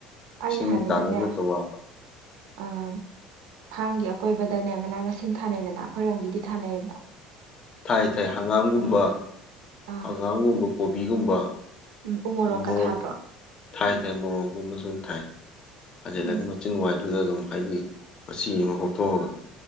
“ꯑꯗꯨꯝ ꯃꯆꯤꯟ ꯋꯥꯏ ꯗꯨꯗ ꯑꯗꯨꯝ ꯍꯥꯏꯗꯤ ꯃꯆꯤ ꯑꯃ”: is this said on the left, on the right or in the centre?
Left